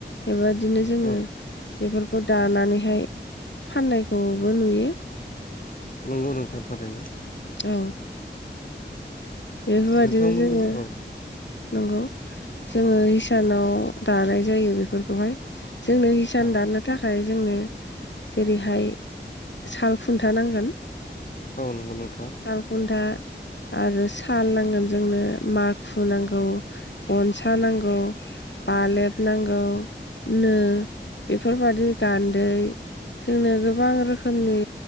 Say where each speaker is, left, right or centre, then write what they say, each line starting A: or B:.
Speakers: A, on the left; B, on the left.
A: बेबादिनो जोङो
B: औ
A: बेफोरखौ दानानैहाय फाननायखौबो नुयो
B: नंगौ नंथारथारैनो
A: औ बेफोरबायदिनो
B: नोंथांमोननि
A: जोङो
B: औ
A: नंगौ जोङो
B: औ
A: हिसानाव दानाय जायो बेफोरखौहाय जोंनो हिसान
B: औ
A: दानो थाखाय जोंनो जेरैहाय साल खुन्था नांगोन
B: औ नंगौ नोंथां
A: साल खुन्था
B: <inaudible>
A: आरो साल नांगोन जोंनो माखु नांगौ गनसा नांगौ बालेब नांगौ नो बेफोरबादि गान्दै जोंनो गोबां रोखोमनि